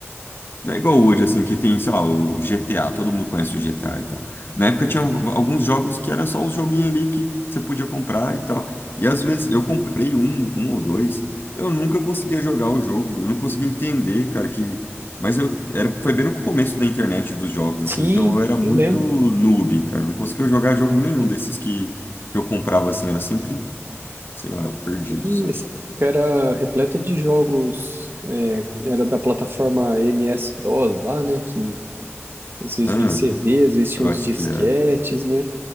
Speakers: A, on the left; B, on the right.
A: não é igual hoje assim que tem, sei lá, o o GTA, todo mundo conhece o GTA e tal. Na época tinha alguns jogos que era só uns joguinhos ali que você podia comprar e tal. E às vezes eu comprei um, um ou dois, eu nunca conseguia jogar o jogo, eu não conseguia entender, cara, que Mas eu era, foi bem no começo da internet dos jogos,
B: Sim,
A: assim, então eu era muito
B: eu lembro.
A: noob, cara. Eu não conseguia jogar jogo nenhum desses que, que eu comprava, assim, era sempre sei lá, perdido,
B: Sim,
A: sabe?
B: essa época era repleta de jogos, é, era da plataforma MS-DOS lá, né, que às vezes
A: Ah,
B: vinha em CD, às vezes tinha
A: eu acho
B: uns disquetes,
A: que é.
B: né,